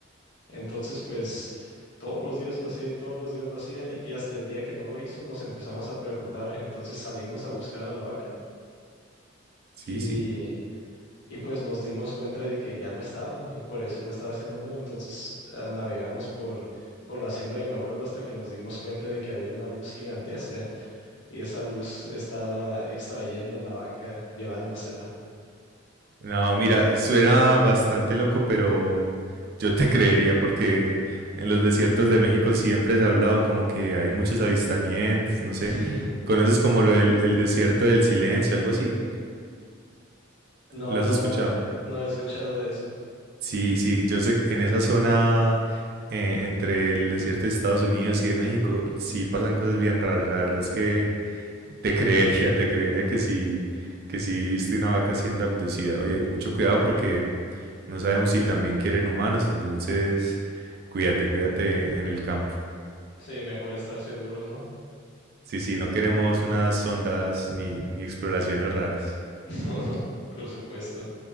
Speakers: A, on the left; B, on the right.
A: Entonces, pues todos los días lo hacía y todos los días lo hacía y hasta el día que no lo hizo nos empezamos a preocupar. Entonces salimos a buscar a la vaca
B: Sí,
A: y...
B: sí.
A: Y pues nos dimos cuenta de que ya no estaba y por eso no estaba haciendo mu. Entonces ah, navegamos por, por la siembra de mi abuelo hasta que nos dimos cuenta de que había una luz gigantesca y esa luz estaba extrayendo la vaca, llevándosela.
B: No, mira, suena bastante loco, pero yo te <laughs> creería porque en los desiertos de México siempre se ha hablado como que hay muchos avistamientos, no sé.
A: <laughs>
B: ¿Conoces como lo del el desierto del silencio, algo así?
A: No,
B: ¿Lo
A: no,
B: has escuchado?
A: la verdad, no he escuchado de eso.
B: Sí, sí, yo sé que en esa zona eh, entre el desierto de Estados Unidos y de México, sí pasan cosas bien raras. La verdad es que te <laughs> creería, te creería que sí, que sí viste una vaca siendo abducida. Oye, mucho cuidado porque no sabemos si también quieren humanos, entonces cuídate, cuídate en el campo.
A: Sí, mejor estar seguros, ¿no?
B: Sí, sí, no queremos unas sondas ni, ni exploraciones raras.
A: <laughs> Por supuesto.